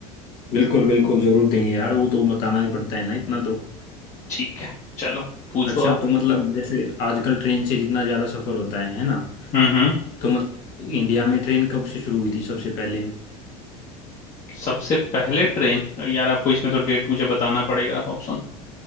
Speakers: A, on the left (about 60°); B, on the left (about 40°).
A: बिल्कुल बिल्कुल जरूर देंगे यार वो तो बताना ही पड़ता है ना इतना तो
B: ठीक है चलो पूछो
A: अच्छा
B: आप
A: तो मतलब जैसे आजकल ट्रेन से जितना ज्यादा सफर होता है है ना
B: हम्म
A: तो मतलब इंडिया में ट्रेन कब से शुरू हुई थी सबसे पहले
B: सबसे पहले ट्रेन यार आपको इसमें तो डेट मुझे बताना पड़ेगा ऑप्शन